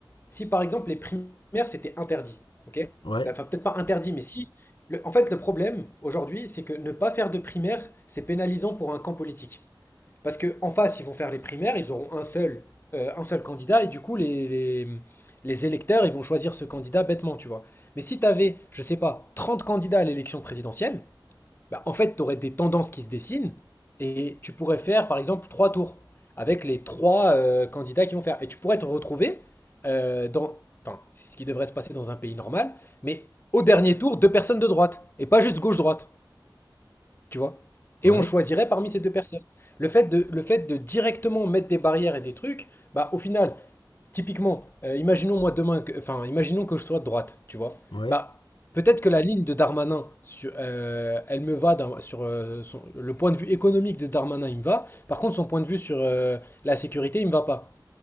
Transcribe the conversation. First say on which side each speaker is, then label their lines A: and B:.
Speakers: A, on the left; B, on the left.
A: si par exemple les primaires c'était interdit, ok?
B: Ouais,
A: Enfin, peut-être pas interdit, mais si. le- en fait, le problème aujourd'hui, c'est que ne pas faire de primaire, c'est pénalisant pour un camp politique. Parce qu'en face, ils vont faire les primaires, ils auront un seul, euh, un seul candidat, et du coup, les, les, les électeurs, ils vont choisir ce candidat bêtement, tu vois. Mais si tu avais, je sais pas, 30 candidats à l'élection présidentielle, bah, en fait, tu aurais des tendances qui se dessinent, et tu pourrais faire, par exemple, trois tours avec les trois euh, candidats qui vont faire. Et tu pourrais te retrouver euh, dans, enfin, c'est ce qui devrait se passer dans un pays normal, mais au dernier tour, deux personnes de droite, et pas juste gauche-droite. Tu vois? Et
B: ouais,
A: on choisirait parmi ces deux personnes. Le fait de, le fait de directement mettre des barrières et des trucs, bah au final, typiquement, euh, imaginons moi demain, que- enfin, imaginons que je sois de droite, tu vois?
B: ouais,
A: Bah peut-être que la ligne de Darmanin, sur- euh, elle me va d'un- sur euh, son- le point de vue économique de Darmanin, il me va. Par contre, son point de vue sur euh, la sécurité, il me va pas.